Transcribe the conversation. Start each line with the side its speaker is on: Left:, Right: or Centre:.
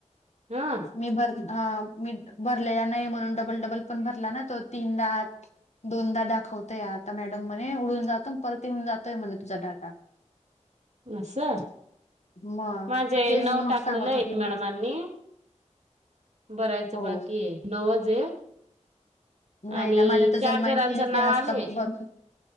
Right: हा
Left: मी भर मी भरलेला नाही म्हणून डबल डबल पण भरला ना तो तीनदाात दोनदा दाखवतोय आता मॅडम म्हणे उडून जातो परत येऊन जातोय म्हणणे तुझा डाटा
Right: अससाा
Left: मग
Right: माझ्या
Left: तेच
Right: ए नऊ
Left: मग
Right: टाकलेला
Left: सांगत
Right: आहे
Left: होते
Right: मॅडम
Left: मग
Right: अनी बरायचं
Left: हो
Right: बाकी आहे नवज आहे
Left: नाही
Right: आणि
Left: ना माझ्या तर
Right: चार
Left: जन्माहिती
Right: जणांचं नाव
Left: ते हत
Right: आलंय
Left: ब